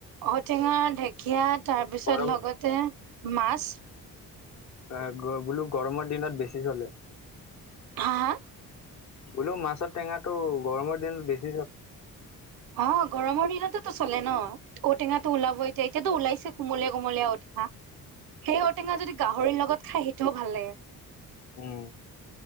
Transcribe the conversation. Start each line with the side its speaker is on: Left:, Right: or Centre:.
Right: ঔটেঙা ঢেকীয়া তাৰপিছত
Left: গৰমত
Right: লগতে মাছ।
Left: অ বোলো গৰমৰ দিনত বেছি চলে।
Right: হা হা।
Left: বোলও মাছৰ টেঙাটো গৰমৰ দিনত বেছি চলে।
Right: অ গৰমৰ দিনতেতো চলে ন। ঔটেঙাটো ওলাব এতিয়া এতিয়া টো ওলাইছে কোমলীয়া কমলীয়া ঔটেঙা। সেই ঔটেঙা যদি গাহৰিৰ লগত খাই সেইটোও ভাল লাগে।
Left: উম